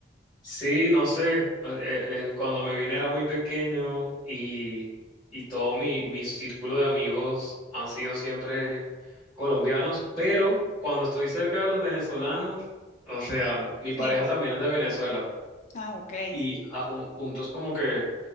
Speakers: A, in the centre; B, on the left (about 40°).
A: Sí, no sé, eh, eh, eh, cuando me vine era muy pequeño y, y todo mi, mi círculo de amigos han sido siempre colombianos, pero cuando estoy cerca de los venezolanos, o sea, mi pareja
B: sí.
A: también es de Venezuela
B: Ah, ok.
A: y a jun- juntos como que,